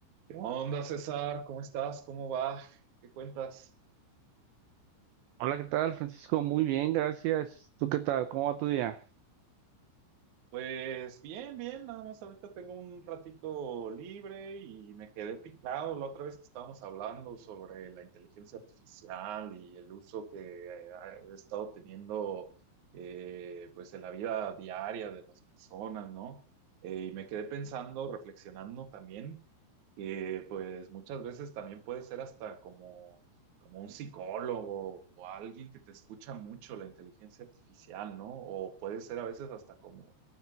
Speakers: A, on the right; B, on the right.
A: ¿Qué onda, César? ¿Cómo estás? ¿Cómo va? ¿Qué cuentas?
B: Hola, ¿qué tal, Francisco? Muy bien, gracias. ¿Tú qué tal? ¿Cómo va tu día?
A: Pues bien, bien, nada más ahorita tengo un ratito libre y me quedé picado la otra vez que estábamos hablando sobre la inteligencia artificial y el uso que eh, ha estado teniendo eh, pues en la vida diaria de las personas, ¿no? Eh, y me quedé pensando, reflexionando también que pues muchas veces también puede ser hasta como, como un psicólogo o alguien que te escucha mucho la inteligencia artificial, ¿no? O puede ser a veces hasta como,